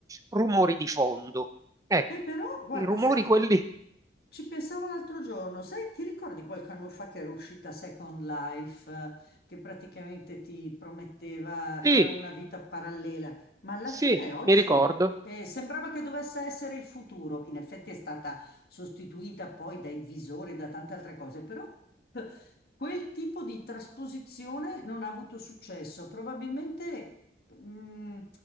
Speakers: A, on the right (about 20°); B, on the left (about 60°).
A: rumori di fondo. Ecco,
B: Beh, però, guarda,
A: i rumori
B: sai che
A: quelli... <laughs>
B: Ci pensavo l'altro giorno, sai, ti ricordi qualche anno fa che era uscita Second Life, eh, che praticamente ti prometteva,
A: Sì,
B: era una vita parallela, ma alla
A: sì,
B: fine oggi
A: mi ricordo.
B: eh, sembrava che dovesse essere il futuro. In effetti è stata sostituita poi dai visori, da tante altre cose, però <laughs> eh, quel tipo di trasposizione non ha avuto successo. Probabilmente, mm,